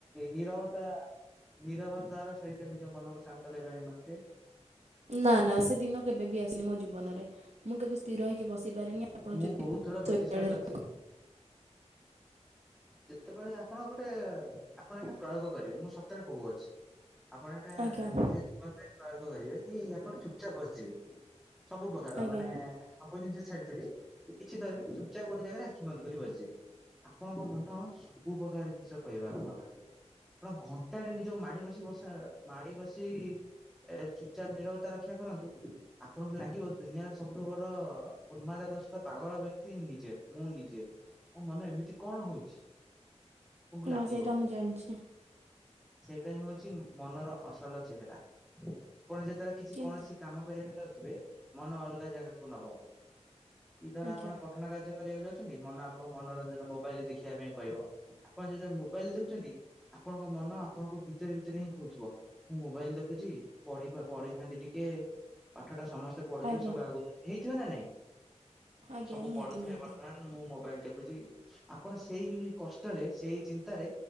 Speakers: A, in the centre; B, on the right.
A: ନିରବତା ନିରବତାର ସହିତ ନିଜ ମନକୁ ଶାନ୍ତ କରିବା ନିମନ୍ତେ
B: ନା ନା ସେ ଦିନ କେବେ ବି ଆସିନି ମୋ ଜୀବନରେ ମୁଁ କେବେ ସ୍ଥିର ହେଇକି ବସି ପାରେନି ଆପଣ
A: ମୁଁ
B: ଯଦି
A: ବହୁତ ଥର ପ୍ରଚେଷ୍ଟା
B: ଶଳୟ
A: କରିଛି। ଯେତେବେଳେ ଆପଣ ଗୋଟେ ଆପଣ ଏଇଟା ପ୍ରୟୋଗ କରିବେ ମୁଁ ସ କହୁଅଛି ଆପଣ ଏଟା
B: ଆଜ୍ଞା
A: ନିଜ ଜୀବନ ପ୍ରୟୋଗ କରିବେ କି ଆପଣ ଚୁପଚାପ ବସିଯିବେ ସବୁ ପ୍ରକାର
B: ଆଜ୍ଞା
A: ମାନେ ସବୁ ଜିନିଷ ଛାଡିଛୁ କିଛି ଧର ପାଇଁ ଚୁପଚା ଗୋଟେ ଜାଗାରେ ଆଖି ବନ୍ଦ କରି ବସିଯିବେ ଆପଣଙ୍କ ମନ ସବୁ ପ୍ରକାର ଜିନିଷ କହିବା ଆପଣର ଆପଣ ଘଣ୍ଟା ନିଜ ମାଡି ବସି ବସା ମାଡି ବସି ଏ ଚୁପଚାପ ନିରବତା ରକ୍ଷା କରନ୍ତୁ ଆପଣଙ୍କୁ ଲାଗିବ ଦୁନିଆର ସବୁଠୁ ବଡ ଉନ୍ମାଦ ଗ୍ରସ୍ତ ପାଗଳ ବ୍ୟକ୍ତି ନିଜେ ମୁଁ ନିଜେ ମୋ ମନ ଏମିତି କଣ ହଉଛି ଆପଣଙ୍କୁ
B: ହଁ
A: ଲାଗିବ
B: ସେଇଟା ମୁଁ ଜାଣିଛି
A: ସେଇଟା ହିଁ ହଉଛି ମନର ଅସଲ ଚେହେରା ଆପଣ ଯେତେବେଳେ କିଛି
B: କିନ୍ତୁ
A: କୌଣସି କାମ କରିବାକୁ ଯାଉଥିବେ ମନ ଅଲଗା ଜାଗାକୁ ନବ ଇ ଧର
B: ଆଜ୍ଞା
A: ଆପଣ ପଠନ କାର୍ଯ୍ୟ କରିବାକୁ ଯାଉଛନ୍ତି ମନ ଆପଣଙ୍କୁ ମନୋରଞ୍ଜନ ମୋବାଇଲରେ ଦେଖିବା ପାଇଁ କହିବ ଆପଣ ଯତେବେଳେ ମୋବାଇଲ ଦେଖୁଛନ୍ତି ଆପଣଙ୍କ ମନ ଆପଣଙ୍କୁ ଭିତରେ ଭିତରେ ହିଁ କହୁଥିବ ମୁଁ ମୋବାଇଲ ଦେଖୁଛି ପଢି ପଢିଥାନ୍ତି ଟିକେ ପାଠ ଟା ସମସ୍ତେ ପଢୁଥିବେ
B: ଆଜ୍ଞା
A: ସବୁ ଆଗକୁ ହେଇଥିବେ ନା ନାଇଁ
B: ଆଜ୍ଞା
A: ସବୁ
B: ନିହାତି
A: ପଢୁଥିବେ
B: ନିହାତି
A: ବର୍ତ୍ତମାନ ମୁଁ ମୋବାଇଲ ଦେଖୁଛି ଆପଣ ସେଇ କଷ୍ଟରେ ସେଇ ଚିନ୍ତାରେ